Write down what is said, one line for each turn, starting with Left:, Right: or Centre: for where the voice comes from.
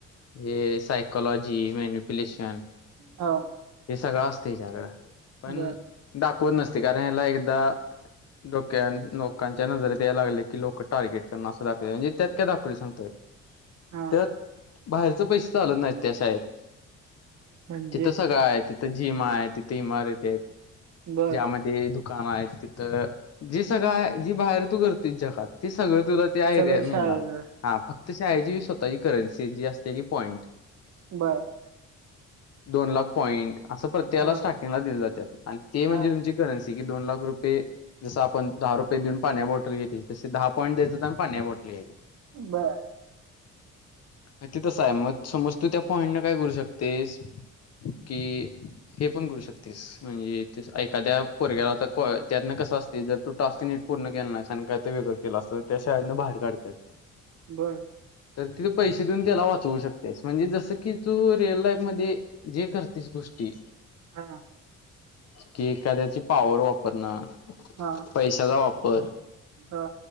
Left: हे सायकॉलॉजी मॅन्युप्युलेशन
Right: हा
Left: हे सगळं असत हच्याकडं पण
Right: बर
Left: दाखवत नसते कारण ह्याला एकदा डोक्या लोकांच्या नजरेत या लागले की लोक टार्गेट करणार असं दाखव म्हणे त्यातक दाखवले सांगतोय
Right: हा
Left: त्यात बाहेरच पैसे चालत नाहीत त्या शाळेत
Right: म्हणजे
Left: तिथं सगळं आहे तिथं भीमा आहे तिथं इमारती आहेत
Right: बर
Left: ज्यामध्ये दुकानं आहेत तिथं जे सगळ आहे जी बाहेर तू करतेस जगात ते सगळं तुला ते आहे
Right: सगळं
Left: रे
Right: शाळेत
Left: मेनत हा फक्त त आजी स्वतःचीी करन्सी जी असते की पॉईंट
Right: बरं
Left: दोन लाख पॉइंट असं प्रत्येयाला
Right: हा
Left: स्टार्टिंगला दिले जात आणि ते म्हणजे
Right: हा
Left: तुमची करन्सी की दोन लाख रुपये जसं आपण दहा रुपये देऊन पाण्या बॉटल घेत तसे दहा पॉईंट द्यायचं आणि पाणे बोटली
Right: बर
Left: माती तस आहे मग समज तू त्या पॉइंट न काय करू शकतेस कि
Right: हम्म,
Left: हे पण करू शकतेस म्हणजे ते एखाद्या परग्याला आता क त्यातनं कसं असते जर तू टास्क नीट पूर्ण केलंला नाही सां का ते वेगळं केलं असतं त्या शाळना बाहेर काढतात
Right: बरं
Left: तर तिथे पैसे देऊन त्याला वाचवू शकतेस म्हणजे जसं की तू रिअल लाईफ मध्ये जे करतेस गोष्टी
Right: हा
Left: के कदायची. पॉवर वापर न,
Right: हा
Left: पैशाचा वापर.
Right: हा